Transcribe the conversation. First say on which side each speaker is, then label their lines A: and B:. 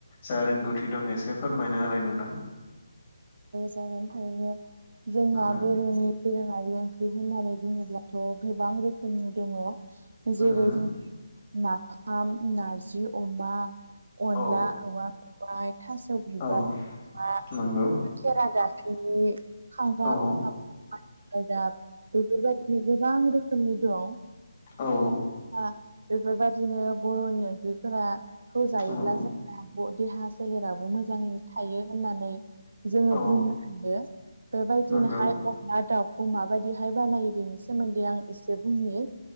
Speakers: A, on the left; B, on the right.
A: जा रोंगौथि दं एसे फोरमायना होलाय नोंदां
B: जागोन थारैनो जोंहा
A: उम
B: बर'नि दोरोङारि ओंख्रि होननानै बुङोब्लाथ' गोबां रोखोमनि दङ जेरै
A: उम
B: जों नाफाम नारजि अमा अनला
A: औ
B: औवा मेवाइ थास' बिबार
A: औ
B: अमा
A: नंगौ।
B: खेरादाफिनि माथि
A: औ
B: गालदाब। बेफोरबायदिनो गोबां रोखोमनि दं।
A: औ
B: आ बेफोरबायदिनो बर'नि ओंख्रिफोरा। खौ जायोब्ला
A: औ
B: जोंना देहा सोलेराबो मोजाङै थायो होननानै। जोङो
A: औ
B: बुंनो हायो बेबायदिनोहाय
A: नंगौ
B: अ ना दाउखौ माबायदिहाय बानायो बेनि सोमोन्दै आं एसे बुंनि